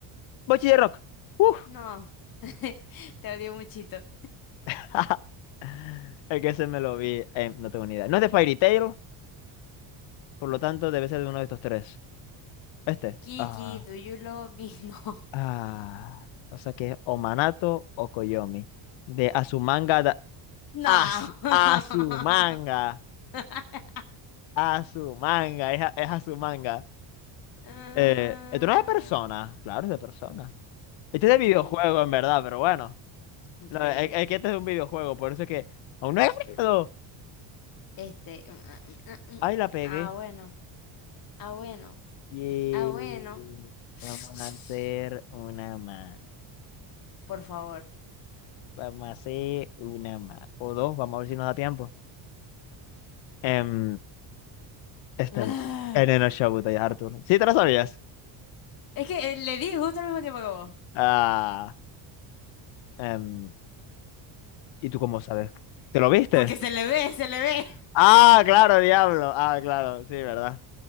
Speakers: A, on the left (about 65°); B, on the left (about 45°).
A: Bochi de Rock. Uf.
B: No, <laughs> te odio muchito.
A: <laughs> El que se me lo vi. em, no tengo ni idea. No es de Fairy Tail, por lo tanto debe ser de uno de estos tres. Este.
B: Kiki,
A: Ah,
B: do you love me? <laughs>
A: ah. O sea que es o Manato o Koyomi. De Azumanga. Da...
B: No.
A: As,
B: No.
A: Azumanga.
B: <laughs>
A: A su manga, es a, es a su manga.
B: Ah,
A: Eh, esto no es de persona, claro, es de persona. Este es
B: increíble,
A: de videojuego, en verdad, pero bueno.
B: increíble.
A: No, es, es que este es de un videojuego, por eso es que aún no he ganado.
B: Este. mm, ah, mm, mm, mm.
A: Ay, la pegué.
B: Ah, bueno, ah, bueno,
A: Y
B: ah, bueno. <sighs>
A: Vamos a hacer una más.
B: Por favor.
A: Vamos a hacer una más. O dos, vamos a ver si nos da tiempo. Em, este,
B: Ah.
A: Elena Shabutai, Arthur. ¿Sí te lo sabías?
B: Es que eh, le di justo al mismo tiempo que vos.
A: Ah, em, ¿y tú cómo sabes? ¿Te
B: <laughs>
A: lo viste?
B: Porque se le ve, se le ve.
A: Ah, claro, diablo. Ah, claro, sí, ¿verdad?